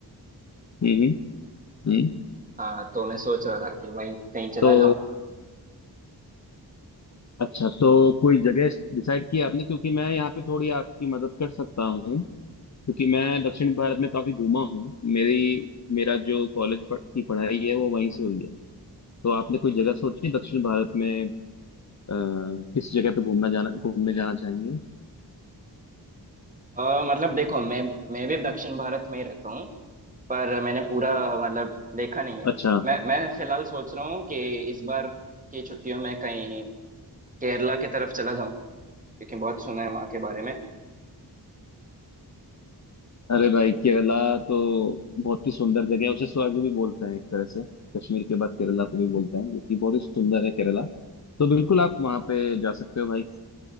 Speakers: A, on the left; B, on the right.
A: हम्म हम्म हम्म।
B: हाँ तो मैं सोच रहा था कि वहीं कहीं चला
A: तो
B: जाऊँ
A: अच्छा तो कोई जगह डिसाइड की आपने क्योंकि मैं यहाँ पे थोड़ी आपकी मदद कर सकता हूँ क्योंकि मैं दक्षिण भारत में काफी घूमा हूँ मेरी मेरा जो कॉलेज पढ़, की पढ़ाई है वो वहीं से हुई है तो आपने कोई जगह सोची दक्षिण भारत में अ, किस जगह पे घूमना जाना घूमने जाना चाहेंगे
B: अ, मतलब देखो मैं मैं भी दक्षिण भारत में ही रहता हूँ पर मैंने पूरा मतलब देखा नहीं है
A: अच्छा
B: मैं मैं फिलहाल सोच रहा हूँ कि इस बार की छुट्टियों में कहीं केरला की तरफ चला जाऊं क्योंकि बहुत सुना है वहाँ के बारे में
A: अरे भाई केरला तो बहुत ही सुंदर जगह है उसे स्वर्ग भी बोलते हैं एक तरह से कश्मीर के बाद केरला को भी बोलते हैं जो कि बहुत ही सुंदर है केरला तो बिल्कुल आप वहाँ पे जा सकते हो भाई